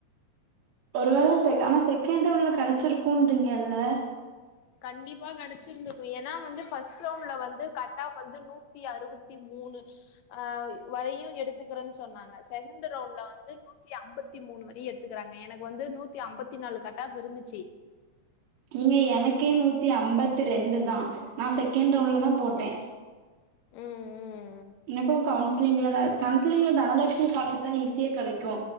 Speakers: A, on the right; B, on the left.
A: ஒரு வேளை செ ஆனா செகண்ட் ரவுன்லா கெடச்சிருக்குன்றீங்கல்லா
B: கண்டிப்பா கெடச்சிருந்தக்கு ஏன்னா வந்து ஃபஸ்ட் ரவுண்ட்லா வந்து கட்டாவு வந்து நூத்தி அறுபத்தி மூணு ஆஹ் வரையு எடுத்துக்கிறோன்னு சொன்னாங்க செகண்ட் ரவுண்ட்லா வந்து நூத் நூத்தி ஐம்பத்தி மூணு வரை எத்துக்கறாங்க எனக்கு வந்து நூத்தி அம்பத்தி நாலு கட்டாவு இருந்துச்சு
A: ஏங்க எனக்கே நூற்றி ஐம்பத்தி ரெண்டு தான நா செகண்ட் ரவுண்ட்ல தான போட்டே
B: ஆ ம்
A: எனக்கு கவுன்சிலிங்ல தா கவுன்சிலிங்ல தனலட்சுமி காலேஜலா ஈஸியே கிடைக்கு